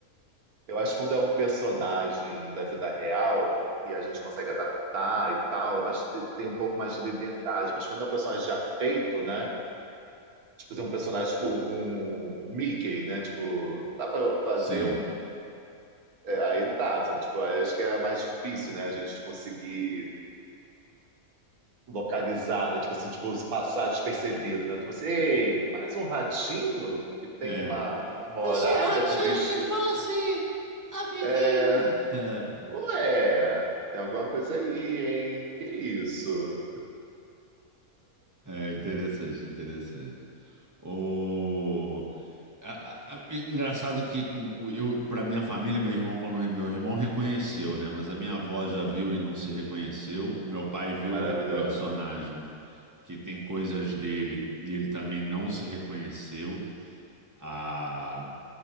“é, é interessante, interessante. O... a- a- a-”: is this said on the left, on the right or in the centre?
Right